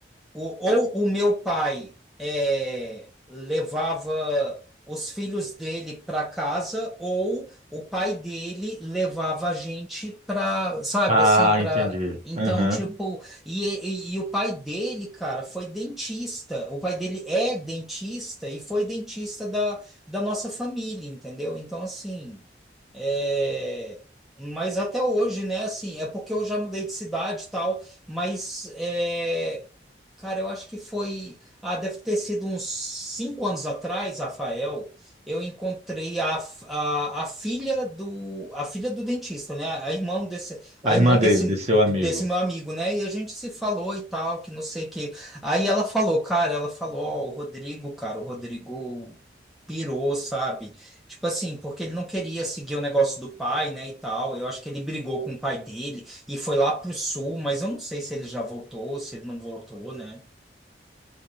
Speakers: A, in the centre; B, on the right.
A: o- ou o meu pai é, levava os filhos dele para casa, ou o pai dele levava a gente para, sabe,
B: Ah,
A: assim, para.
B: entendi.
A: Então,
B: Aham.
A: tipo, e, e, e o pai dele, cara, foi dentista. O pai dele é dentista e foi dentista da, da nossa família, entendeu? Então, assim. É, mas até hoje, né? Assim, é porque eu já mudei de cidade e tal, mas é, cara, eu acho que foi. Ah, deve ter sido uns cinco anos atrás, Rafael. Eu encontrei a, a, a filha do a filha do dentista, né? A, irmã desse a
B: A irmã
A: irmã desse
B: dele, desse seu amigo.
A: desse meu amigo, né? E a gente se falou e tal, que não sei o que. Aí ela falou, cara, ela falou, ó, o Rodrigo, cara, o Rodrigo pirou, sabe? Tipo assim, porque ele não queria seguir o negócio do pai, né, e tal. Eu acho que ele brigou com o pai dele e foi lá pro sul, mas eu não sei se ele já voltou, se ele não voltou, né?